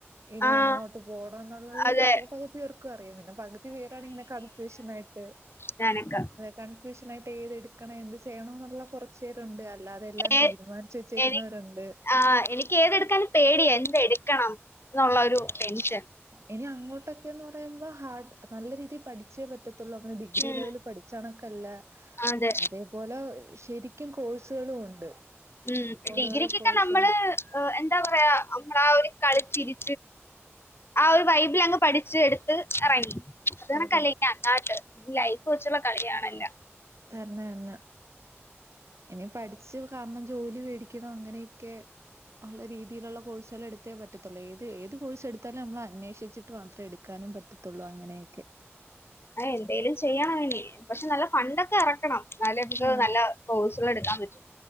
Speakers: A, on the right; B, on the left.
A: ഇനി
B: ആഹ്
A: എങ്ങോട്ട് പോകണം എന്നുള്ളത്
B: അതെ
A: പ പകുതിവേർക്കും അറിയാം പിന്നെ പകുതി പേരാണ് ഇങ്ങനെ കൺഫ്യൂഷൻ ആയിട്ട് അ
B: ഞാനക്ക്
A: കൺഫ്യൂഷൻായിട്ട് ഏതെടുക്കണം എന്ത് ചെയ്യണ എന്നുള്ള കുറച്ച പേരുണ്ട് അല്ലാതെല്ലാം
B: ഏ-
A: തീരുമാനിച്ചു വെച്ചേക്കുന്നവരുണ്ട്
B: എനി ആ എനിക്ക് ഏതെടുക്കാൻ പേടിയ എന്ത എടുക്കണം എന്നുള്ള ഒരു ടെൻഷൻ
A: ഇനി അങ്ങോട്ടൊക്കെന്ന് പറയുമ്പോ ഹാർഡ് നല്ല രീതിയിൽ പഠിച്ചേ പറ്റത്തുള്ളൂ അവന ഡിഗ്രി
B: ഉം
A: ലെവൽ പഠിച്ചണൊക്കല്ല
B: അതെ
A: അതേപോലെ ശരിക്കും കോഴ്സുകളും ഉണ്ട്
B: ഉം
A: ഓരോരോ
B: ഡിഗ്രിക്കൊക്കെ
A: കോഴ്സും
B: നമ്മള് എന്താ പറയാ നമ്മളാ ഒരു കളിച്ചിരി ആ ഒരു ബൈബിൾ അങ് പഠിച്ച് എടുത്ത് ഇറങ്ങി അത് കണക്കല്ല
A: അതെ
B: ഇനി അങ്ങാട്ട് ലൈഫ് വെച്ചുള്ള കളിയണല്ല
A: എന്നന്നന്ന ഇനി പഠിച്ചു കാരണം ജോലി മേടിക്കണം അങ്ങനെയൊക്കെ ഉള്ള രീതിയിലുള്ള കോഴ്സുകൾ എടുത്തേ പറ്റത്തുള്ളൂ ഏത് ഏത് കോഴ്സ് എടുത്താലും നമ്മൾ അന്വേഷിച്ചിട്ട് മാത്രം എടുക്കാനും പറ്റ പറ്റത്തുള്ളൂ അങ്ങനെയൊക്കെ
B: അ എന്തെലും ചെയ്യണംഇനി പക്ഷെ നല്ല ഫണ്ടൊക്കെ ഇറക്കണം എന്നാലെ നമ്മക്ക്
A: ആ
B: നല്ല കോഴ്സൾ എടുക്കാൻ പറ്റു